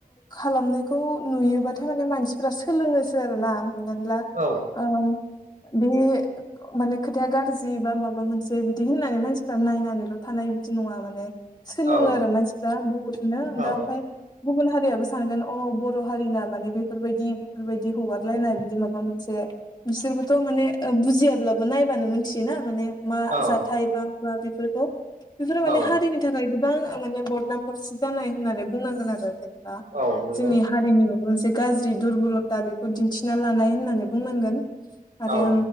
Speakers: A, on the left (about 30°); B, on the right (about 60°).
A: खालामनायखौ नुयोबाथाय माने मानसिफ्रा सोलोङोसो आरो ना हमनानै ला
B: औ
A: ओ‌ बे माने खोथाया गाज्रि बा माबा मोनसे बिदि होननानै मानसिफ्रा नायनानैल' थानाय बिदि नङा माने सोलोङो
B: औ
A: आरो मानसिफ्रा बहुदनो
B: औ
A: दा ओमफ्राय गुबुन हारियाबो सानगोन अह बर' हारिना माने बेफोरबायदि बेफोरबायदि हगारलायनाय बिदि माबा मोनसे बिसोरबोथ' माने बुजिया। अब्लाबो नायबानो मिथियोना माने मा
B: औ
A: जाथाय बा मा बेफोरखौ बेफोरो माने
B: औ
A: हारिनि थाखाय गोबां माने बदनाम बरसि जानाय होननानै बुंनांगोन आरो जेन
B: औ नंगौ
A: जोंनि हारिनि मोनसे गाज्रि दुरबलथा बेखौ दिन्थिना लानाय होननानै बुंनांगोन आरो।
B: औ